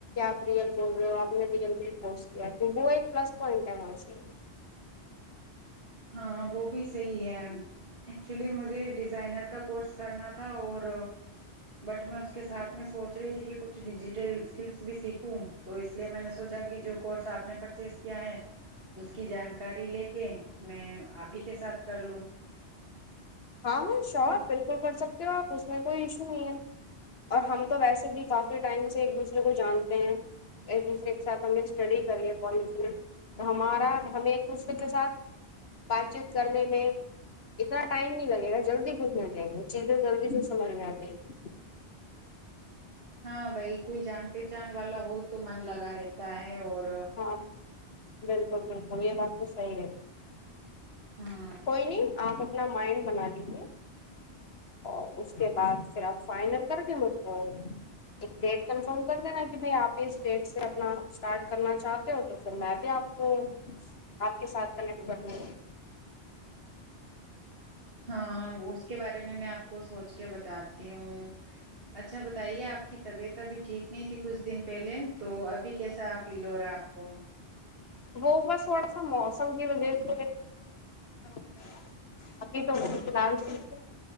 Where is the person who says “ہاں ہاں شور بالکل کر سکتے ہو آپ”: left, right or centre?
Left